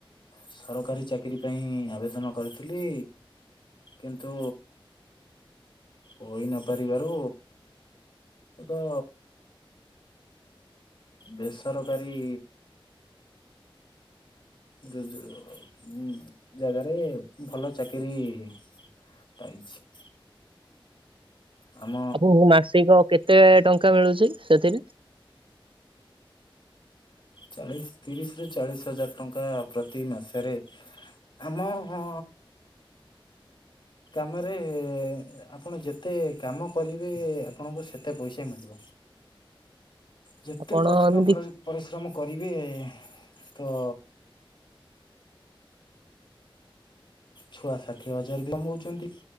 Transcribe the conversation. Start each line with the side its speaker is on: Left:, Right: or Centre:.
Left: ସରକାରୀ ଚାକିରି ପାଇଁ ଆବେଦନ କରିଥିଲି। କିନ୍ତୁ ହୋଇ ନ ପାରିବାରୁ ଏକ ବେସରକାରୀ ଯୋଉ ଯୋଉ ଯୋ ଜାଗାରେ ଭଲ ଚାକିରି ପାଇଛି। ଆମ
Right: ଆପଣଙ୍କୁ ମାସିକ କେତେ ଟଙ୍କା ମିଳୁଛି ସେଥିରେ?
Left: ଚାଳିଶ ତିରିଶରୁ ଚାଳିଶ ହଜାର ଟଙ୍କା ପ୍ରତି ମାସେରେ ଆମ ହଁ କାମେରେ ଆପଣ ଯେତେ କାମ କରିବେ ଆପଣଙ୍କୁ ସେତେ ପଇସା ମିଳିବ। ଯେତେ
Right: ଆପଣ
Left: କଠିନ
Right: ଏମିତି
Left: ପ୍ରରି ପରିଶ୍ରମ କରିବେ ତ ଛୁଆ ଷାଠିଏ ହଜାର ବି କମଉଛନ୍ତି।